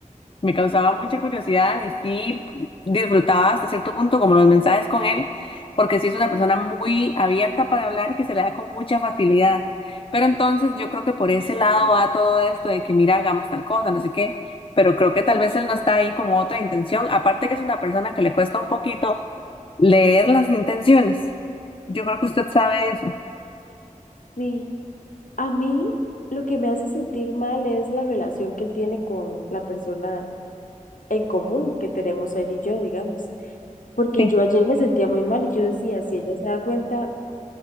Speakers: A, on the left; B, on the left.
A: me causaba mucha curiosidad y sí disfrutaba hasta cierto punto como los mensajes con él, porque sí es una persona muy abierta para hablar y que se le da con mucha facilidad. Pero entonces yo creo que por ese lado va todo esto de que mira, hagamos tal cosa, no sé qué, pero creo que tal vez él no está ahí con otra intención, aparte que es una persona que le cuesta un poquito leer las intenciones. Yo creo que usted sabe eso.
B: Sí, a mí lo que me hace sentir mal es la relación que él tiene con la persona en común que tenemos él y yo, digamos. Porque
A: Sí,
B: yo ayer me sentía muy mal y yo decía, si ella se da cuenta,